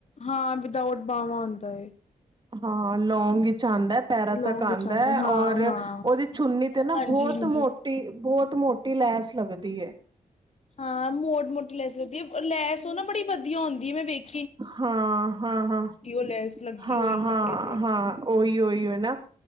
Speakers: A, on the left; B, on the right.
A: ਹਾਂ, ਵਿਦਾਊਟ ਬਾਹਵਾਂ ਹੁੰਦਾ।
B: ਹਾਂ, ਲੌਂਗ। ਆਉਂਦਾ ਹੈ। ਪੈਰਾਂ
A: ਲੌਂਗ
B: ਤੱਕ ਆਉਂਦਾ
A: ਵਿੱਚ ਆਂਦਾ
B: ਹੈ।
A: ਹਾਂ
B: ਔਰ,
A: ਹਾਂ।
B: ਉਹਦੀ ਚੁੰਨੀ ਤੇ ਨਾ
A: ਹਾਂਜੀ
B: ਬਹੁਤ
A: ਹਾਂਜੀ।
B: ਮੋਟੀ ਬਹੁਤ ਚ। ਮੋਟੀ ਲੈਸ ਲੱਗਦੀ ਏ।
A: ਹਾਂ। ਮੋੜ ਮੋਟੀ, ਲੈ ਸਕਦੀ ਆ ਲੈਸ ਉਹ ਨਾ ਬੜੀ ਵਧੀਆ ਹੁੰਦੀ ਹੈ ਮੈਂ ਵੇਖ।
B: ਹਾਂ, ਹਾਂ, ਹਾਂ,
A: ਲੈਸ ਲੱਗੀ
B: ਹਾਂ,
A: ਹੋਈ
B: ਹਾਂ,
A: ਕੱਪੜੇ ਤੇ
B: ਹਾਂ ਓਹੀ, ਉਹੀਓ ਅਣਾ।